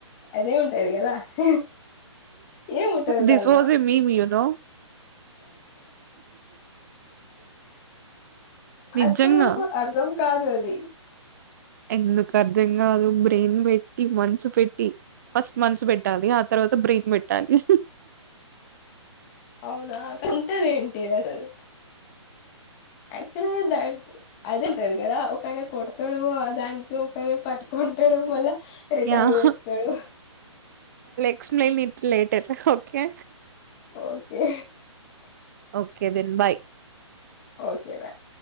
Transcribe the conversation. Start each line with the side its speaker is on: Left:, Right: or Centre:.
Left: అదే ఉంటాది కదా హ ఏమ్ ఉంటాది
Right: దిస్
Left: దానిలా
Right: was a meme you know నిజంగా
Left: అస్సలుకు అర్థం కాదు అది
Right: ఎందుకు అర్ధం కాదు బ్రెయిన్ పెట్టి మనసు పెట్టి ఫస్ట్ మనస్సు పెట్టాలి అ తర్వాత బ్రెయిన్ పెట్టాలి
Left: అవునా కంటది ఏంటి అసలు యాక్చువల్ అది ఉంటది కదా ఒకయనా కొడతాడు దానికి ఒకయనా పట్టుకుంటాడు మళ్ళా రిటైర్
Right: యాహ్!
Left: వయస్తున్నాడు
Right: explain it later okay
Left: okay
Right: okay then bye
Left: okay bye